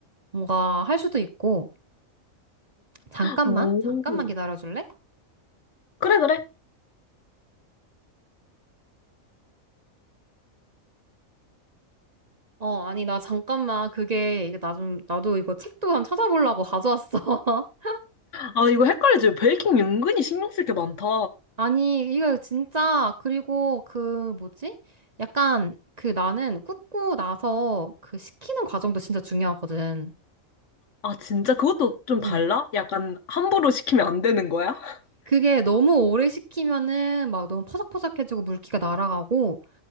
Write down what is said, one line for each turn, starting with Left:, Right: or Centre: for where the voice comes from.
Right: 뭔가 할 수도 있고 잠깐만
Left: 오.
Right: 잠깐만 기다려줄래?
Left: 그래, 그래.
Right: 어 아니 나 잠깐만 그게 나 좀 나도 이거 책도 한 찾아보려고 가져왔어. <laughs>
Left: 아, 이거 헷갈리지. 베이킹 은근히 신경 쓸 게 많다.
Right: 아니, 이거 진짜, 그리고 그, 뭐지? 약간, 그 나는 굽고 나서 그 식히는 과정도 진짜 중요하거든.
Left: 아, 진짜 그것도 좀 달라?
Right: 응.
Left: 약간 함부로 시키면 안 되는 거야? <laughs>
Right: 그게 너무 오래 식히면은 막 너무 퍼석퍼석해지고 물기가 날아가고,